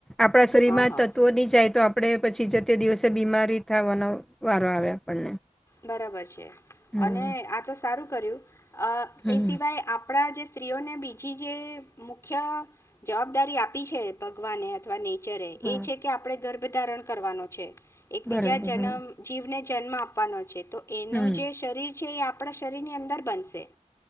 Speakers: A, in the centre; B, on the left.
A: આપણા શરીરમાં
B: હા હા
A: તત્વો નહીં જાય તો આપ આપણે પછી જ તે દિવસે બીમારી થવાનો વારો આવે આપણને.
B: બરાબર છે.
A: હમ
B: અને આ તો સારું કર્યુ
A: હમ
B: એ સિવાય આપ આપણા જે સ્ત્રીઓને બીજી જે મુખ્ય જવાબદારી આપી છે ભગવાને અથવા ને.
A: હા
B: એ છે કે આપણે ગર વધારણ કરવાનો છે. એક બીજા
A: બરાબર
B: જન્મ
A: હા
B: જીવને જ જન્મા આપ આપવાનો છે. તો એનું
A: હમ
B: જે શરીર છે એ આપ આપણા શરીરની અંદર બનશે.